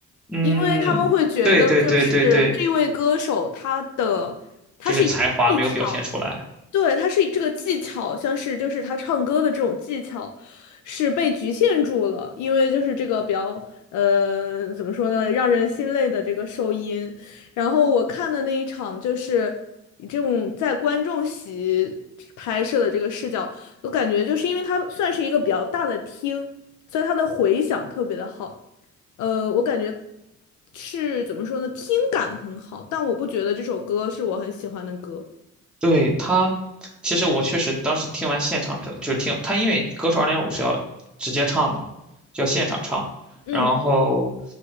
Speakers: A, in the centre; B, on the left.
A: 嗯，
B: 因为他们会觉得，
A: 对对对对对，
B: 就是这位歌手他的他是以技巧，
A: 就是才华没有表现出来。
B: 对，他是以这个技巧，像是就是他唱歌的这种技巧是被局限住了，因为就是这个比较呃怎么说呢，让人心累的这个收音。然后我看的那一场就是以这种在观众席拍摄的这个视角，我感觉就是因为他算是一个比较大的厅，所以它的回响特别的好。呃，我感觉是怎么说呢，听感很好，但我不觉得这首歌是我很喜欢的歌。
A: 对他，其实我确实当时听完现场这，就是听他，因为歌手二点五是要直接唱嘛，就要现场唱。
B: 嗯
A: 然后，